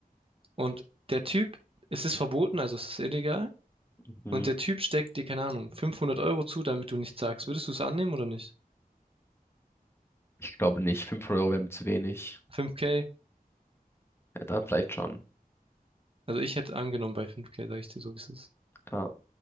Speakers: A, on the right; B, on the left.
A: Und der Typ, es ist verboten, also es ist illegal.
B: Mhm.
A: Und der Typ steckt dir, keine Ahnung, 500 Euro zu, damit du nichts sagst. Würdest du es annehmen oder nicht?
B: Ich glaube nicht. 500 Euro wären mir zu wenig.
A: 5K?
B: Ja, dann vielleicht schon.
A: Also ich hätte angenommen bei 5K, sag ich dir so, wie es ist.
B: Ja.